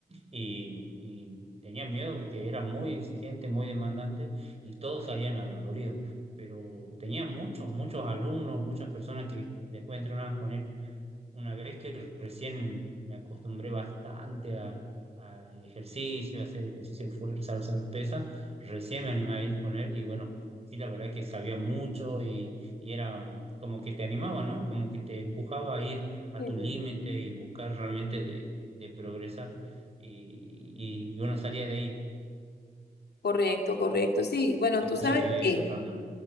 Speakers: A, on the right (about 40°); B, on the left (about 90°).
A: y, y tenía miedo porque era muy exigente, muy demandante y todos salían adoloridos. Pero tenía muchos, muchos alumnos, muchas personas que después entrenaban con él una vez que recién me acostumbré bastante a- al ejercicio, a hacer ejercicio de fuerza, alzar pesa, recién me animé a ir con él y bueno, sí, la verdad es que sabía mucho y, y era como que te animaba, ¿no? Como que te empujaba a ir a
B: Sí.
A: tu límite y buscar realmente de, de progresar. Y, y uno salía de ahí,
B: Correcto, correcto. Sí, bueno,
A: el
B: tú
A: ejercicio
B: sabes
A: que había
B: qué.
A: hecho eran